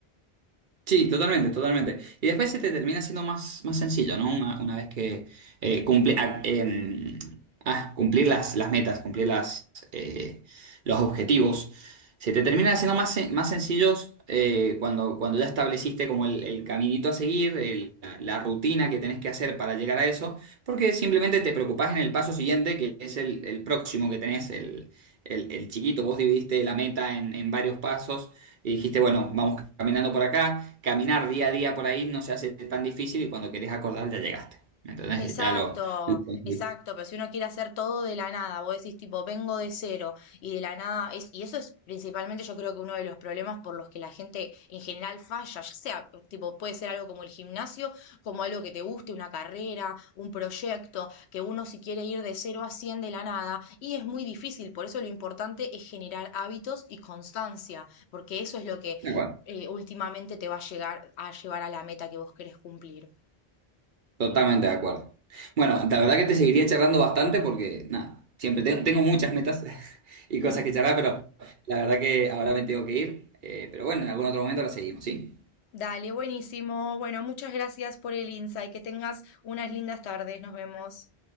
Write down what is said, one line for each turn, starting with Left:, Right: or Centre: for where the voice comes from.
Right: Sí, totalmente, totalmente. Y después se te termina siendo más, más sencillo, ¿no? Una, una vez que eh, cumple, ah, em, ah, cumplir las, las metas, cumplir las, eh, los objetivos, se te termina siendo más, sen- más sencillos eh, cuando, cuando ya estableciste como el, el caminito a seguir, el- la, la rutina que tenés que hacer para llegar a eso, porque simplemente te preocupás en el paso siguiente, que es el, el próximo que tenés, el, el- el chiquito. Vos dividiste la meta en en varios pasos y dijiste, bueno, vamos caminando por acá, caminar día a día por ahí no se hace tan difícil y cuando querés acordar ya llegaste. Entonces
Left: Exacto,
Right: ya lo, lo conseguiste.
Left: exacto, pero si uno quiere hacer todo de la nada, vos decís tipo, vengo de cero y de la nada, es, y eso es principalmente yo creo que uno de los problemas por los que la gente en general falla, ya sea tipo, puede ser algo como el gimnasio, como algo que te guste, una carrera, un proyecto, que uno si quiere ir de cero a cien de la nada, y es muy difícil, por eso lo importante es generar hábitos y constancia, porque eso es lo que
Right: De acuerdo,
Left: eh, últimamente te va a llegar a llevar a la meta que vos querés cumplir.
Right: totalmente de acuerdo. Bueno, la verdad que te seguiría charlando bastante porque, nada, siempre te- tengo muchas metas <laughs> y
Left: <laughs>
Right: cosas que charlar, pero la verdad que ahora me tengo que ir. Eh, pero bueno, en algún otro momento la seguimos, ¿sí?
Left: Dale, buenísimo. Bueno, muchas gracias por el insight. Que tengas unas lindas tardes. Nos vemos.